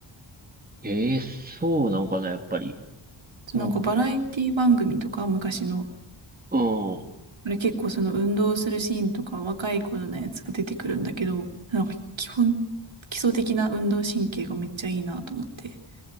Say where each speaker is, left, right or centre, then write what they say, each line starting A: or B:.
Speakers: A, on the right (about 20°); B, on the right (about 65°).
A: ええそうなんかな、やっぱり。
B: そうなんかバラエティ番組とか、
A: でも
B: 昔の、
A: うん。
B: あれ結構その運動するシーンとか、若い頃のやつが出てくるんだけど、なんか基本、基礎的な運動神経がめっちゃいいなと思って。